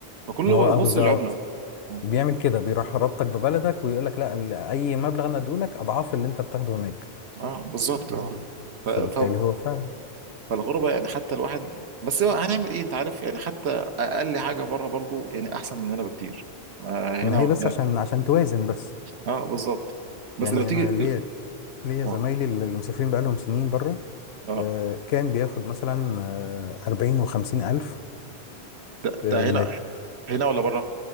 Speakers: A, on the right; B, on the left.
A: فكله
B: ما هو
A: بيبص
B: اه بالظبط
A: للعملة اه
B: بيعمل كده بيروح رابطك ببلدك ويقول لك لا ال- اي مبلغ انا اديه لك اضعاف اللي انت بتاخده هناك
A: آه، بالظبط اه ف...
B: فبالتالي
A: ف...
B: هو فعلا
A: فالغربة يعني حتى الواحد بس هو هنعمل ايه انت عارف يعني حتى اقل حاجة بره برضو يعني احسن من هنا بكتير آه،
B: ما
A: هنا
B: هي بس
A: يعني،
B: عشان عشان توازن بس
A: اه بالظبط بس
B: يعني
A: لو تيجي
B: انا ليا ليا
A: اه
B: زمايلي اللي مسافرين بقالهم سنين بره
A: آه.
B: آه، كان بياخد مثلا آه، 40 و50 ألف
A: ده,
B: آه،
A: ده هنا
B: نت
A: هنا ولا بره